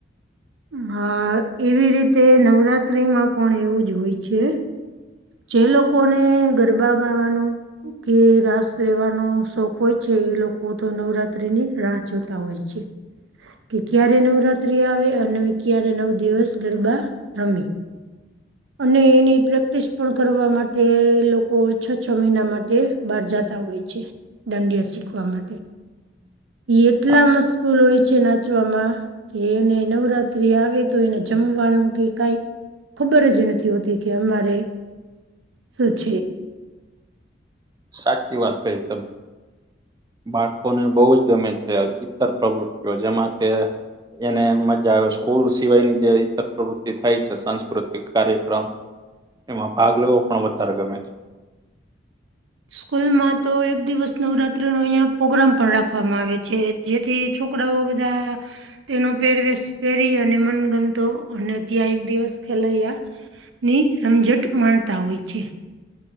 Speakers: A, on the right; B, on the right.
A: હા એવી રીતે નવરાત્રિમાં પણ એવું જ હોય છે જે લોકોને ગરબા ગાવાનો કે રાસ લેવાનો શોખ હોય છે એ લોકો તો નવરાત્રી ની રાત જોતા હોય છે કે ક્યારે નવરાત્રી આવે અને ક્યારે નવ દિવસ ગરબા રમેી અને એની પ્રેક્ટિસ પણ કરવા માટે લોકો છ છ મહિના માટે બહાર જતા હોય છે દાંડિયા શીખવા માટે એટલા
B: હા
A: મશકૂલ હોય છે નાચવામાં કે એને નવરાત્ર્રી આવે તો એને જમવાનું કે કઈ ખબર જ નથી હોતી કે અમારે સૂચ
B: સાચી વાત કરી તમે બાળકોને બહુ જ ગમે છે ઈતર પ્રવૃત્તિઓ જેમાં કે એને મજા આવે સ્કૂલ સિવાય ની જેઈતર પ્રવૃતિ થાય છે સાંસ્કૃતિક કાર્યક્રમ એમાં ભાગ લેવો પણ વધારે ગમે છે
A: સ્કૂલમાં તો એક દિવસ નવરાત્રી નો અહીિયાં પોગ્રામ પણ રાખવામાં આવે છે જેથી છોકરાઓ બધા તેનો પહેરવેશ પહેરી અને મનગમતો અને ત્યાં એક દિવસ ખેલાયા ની રમઝટ માણતા હોય છે